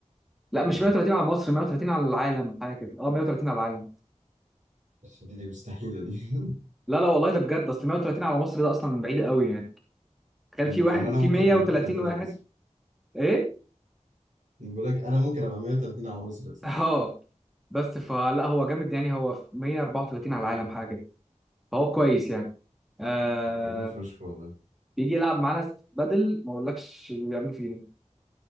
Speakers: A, in the centre; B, on the right (about 80°).
A: لا
B: اه
A: مش 130 على مصر 130 على العالم حاجة كده اه 130 على العالم
B: بس دي مستحيلة دي <laughs>
A: لا لا والله ده بجد اصل 130 على مصر ده اصلا بعيد قوي يعني تخيل
B: يعني
A: في واحد
B: انا ممكن
A: في 130
B: ابقى 130
A: واحد
B: على مصر
A: ايه
B: بقول لك انا ممكن ابقى 130 على مصر
A: <laughs>
B: اصلا
A: اه بس فلا هو جامد يعني هو في 134 على العالم حاجة كده فهو كويس يعني آه
B: جميل فشخ والله
A: بيجي يلعب معانا بدل ما اقولكش بيعمل فينا